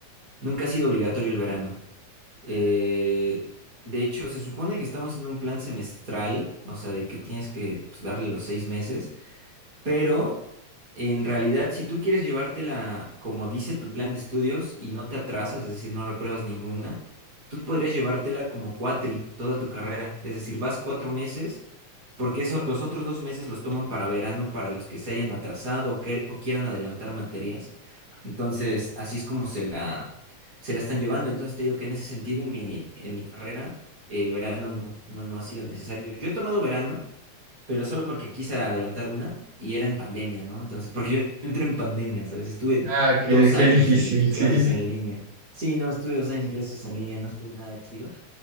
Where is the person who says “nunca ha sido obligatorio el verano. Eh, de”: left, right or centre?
Right